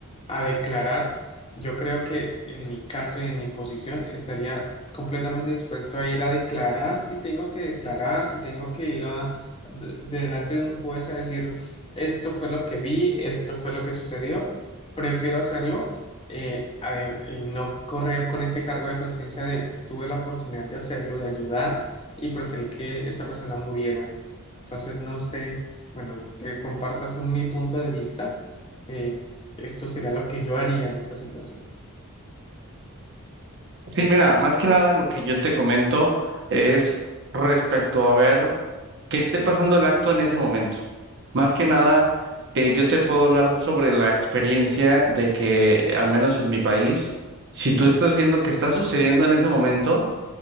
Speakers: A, on the left; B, on the right.
A: a declarar, yo creo que en mi caso y en mi posición estaría completamente dispuesto a ir a declarar si tengo que declarar, si tengo que ir a, de- delante de un juez a decir esto fue lo que vi, esto fue lo que sucedió, prefiero hacerlo eh, a- y no correr con ese cargo de conciencia de tuve la oportunidad de hacerlo, de ayudar y preferí que esa persona muriera. Entonces, no sé, bueno, te comparto así mi punto de vista, eh, esto sería lo que yo haría en esa situación.
B: Sí, mira, más que nada lo que yo te comento es respecto a ver que esté pasando el acto en ese momento. Más que nada, eh, yo te puedo hablar sobre la experiencia de que, eh, al menos en mi país, si tú estás viendo que está sucediendo en ese momento,